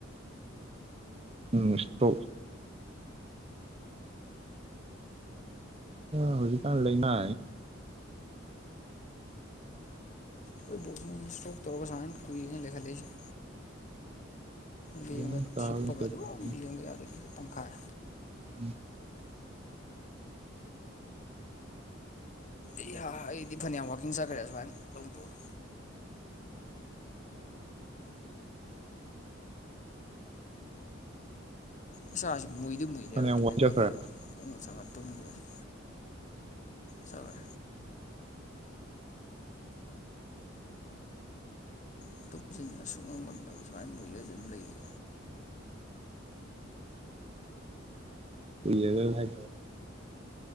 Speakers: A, on the right; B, on the left.
A: ꯎꯝ ꯏꯁꯇꯣ ꯍꯧꯖꯤꯛꯀꯥꯟ ꯂꯩꯅ
B: ꯑꯩꯣꯏ ꯕꯣꯛꯁ ꯑꯣꯏꯅꯅ ꯏꯁꯇꯣꯛ ꯇꯧꯒꯨꯃꯥꯏ ꯀꯨꯏꯅꯦꯈꯠꯂꯛꯏꯦ ꯂꯦꯡꯉ
A: ꯒ꯭ꯌꯥꯟ ꯇꯥꯕ
B: ꯊꯤꯞꯄꯒ
A: ꯅꯠꯇꯦ
B: ꯑꯗꯨꯝ
A: ꯇꯧꯅꯤ
B: ꯂꯦꯡꯕ ꯌꯥꯗꯒꯤꯗꯤ ꯇꯪꯈꯥꯏ
A: ꯎꯝ
B: ꯑꯦ ꯑꯩꯗꯤ ꯐꯅꯌꯥꯝ ꯋꯥꯛꯀꯤꯡ ꯆꯠꯈ꯭ꯔꯦ ꯁꯨꯃꯥꯏꯅ ꯇꯧ ꯇꯧꯗꯣ ꯏꯆꯥꯁꯤ‌ ꯃꯨꯏꯗꯤ ꯃꯨꯏꯅꯦꯕ
A: ꯐꯅꯌꯥꯝ
B: ꯇꯨꯝꯅꯤꯡꯕꯒꯤ
A: ꯋꯥꯖꯈ꯭ꯔꯦ
B: ꯑꯗꯨꯒ ꯐꯃꯨꯡ ꯆꯥꯝꯉꯥ ꯇꯨꯝꯈꯤꯕꯁꯦ ꯆꯧꯔꯦ ꯎ ꯇꯨꯞꯁꯤꯟꯗꯅ ꯁꯨꯡꯉꯝ ꯉꯝꯗꯕ ꯁꯨꯃꯥꯏꯅ ꯃꯣꯏꯗꯣꯏꯗꯤ ꯑꯗꯨꯝ ꯂꯩꯕ
A: ꯌꯥ ꯀꯒ ꯍꯥꯏ